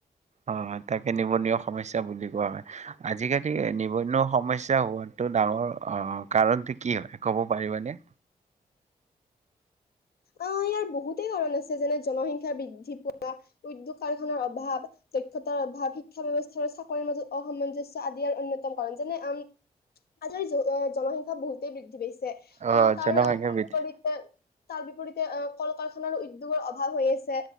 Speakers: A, on the right (about 45°); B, on the left (about 70°).
A: অ তাকে নিবনুৱা সমস্যা বুলি কোৱা হয়। আজিকালি এই নিবনুৱা সমস্যা হোৱাটো ডাঙৰ আহ কাৰণটো কি হয় ক'ব পাৰিবানে?
B: আহ ইয়াৰ বহুতেই কাৰন আছে। যেনে জনসংখ্যা বৃদ্ধি পোৱা, উদ্যোগ কাৰখানাৰ অভাৱ, দক্ষ্যতাৰ অভাৱ, শিক্ষা ব্যৱস্থা চাকৰিৰ মাজত অসামঞ্জস্য় আদি ইয়াৰ অন্যতম কাৰণ। যেনে, আ আজি কালি জনসংখ্যা বহুতেই বৃদ্ধি পাইছে। তাৰ
A: অ' জনসংখ্যা
B: কলপৰিতে
A: বৃদ্ধি
B: তাৰ বিপৰীতে অ কল কাৰখানাৰ উদ্যোগৰ অভাৱ হৈ আছে।